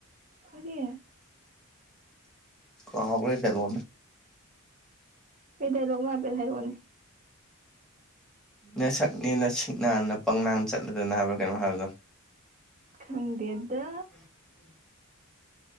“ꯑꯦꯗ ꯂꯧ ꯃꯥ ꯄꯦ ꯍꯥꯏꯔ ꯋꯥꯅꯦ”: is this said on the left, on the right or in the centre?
Right